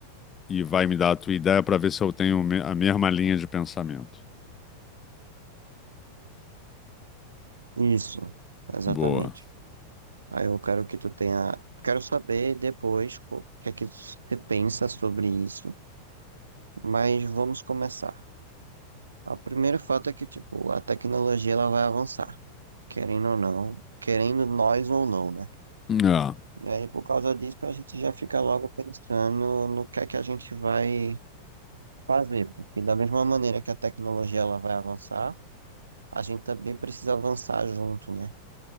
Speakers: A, on the left; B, on the right.
A: e vai me dar a tua ideia pra ver se eu tenho me- a mesma linha de pensamento.
B: isso, exatamente.
A: Boa.
B: Aí eu quero que tu tenha. Quero saber depois co- o que é que você pensa sobre isso, mas vamos começar. O primeiro fato é que, tipo, a tecnologia ela vai avançar, querendo ou não, querendo nós ou não, né?
A: É.
B: E aí, por causa disso, a gente já fica logo pensando no que é que a gente vai fazer, porque da mesma maneira que a tecnologia ela vai avançar, a gente também precisa avançar junto, né?